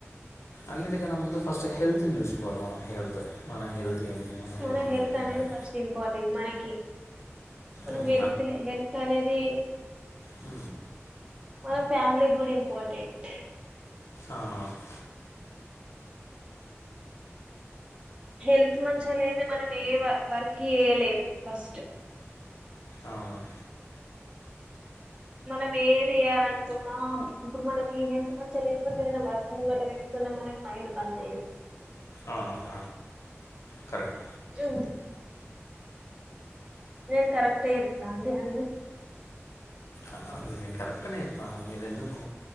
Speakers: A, on the left; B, on the right.
A: అన్నిటికన్నా ముందు ఫస్ట్ హెల్త్ని చూసుకోవాలి మనం హెల్త్ మన హెల్త్ ఏంది మనం
B: మన
A: ఎట్లున్నాం
B: హెల్త్
A: ఏందని
B: అనేది ఫస్ట్ ఇంపార్టెంట్ మనకి మనం
A: మ్,
B: హెల్త్ హెల్త్ అనేది
A: అ
B: మన ఫ్యామిలీ కూడా ఇంపార్టెంట్
A: అవునవును
B: హెల్త్ మంచి అ లేది మనం ఏ వర్క్ చేయలేము ఫస్ట్
A: అవును
B: మనం ఏది చేయాలనుకున్నా ఇప్పుడు మనకి ఎంత మంచిో లేకపోతే ఏదైనా వర్క్ ముంగట పెట్టుకున్నా మనకి మైండ్ బంద్ చేయ్యంది
A: అవునట కరెక్ట్
B: అ నేను కరెక్ట్ చెప్తా అండి అన్నీ
A: అ కరెక్నే ఇప్ప ఇది ఎందుకు